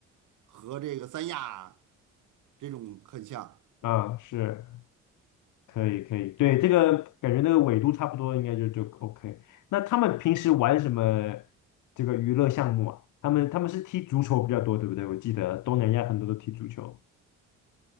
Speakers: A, on the right; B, on the left.
A: 和这个三亚啊这种很像。
B: 啊，是。可以可以，对，这个感觉那个纬度差不多，应该就就 OK。那他们平时玩什么这个娱乐项目啊？他们他们是踢足球比较多，对不对？我记得东南亚很多都踢足球。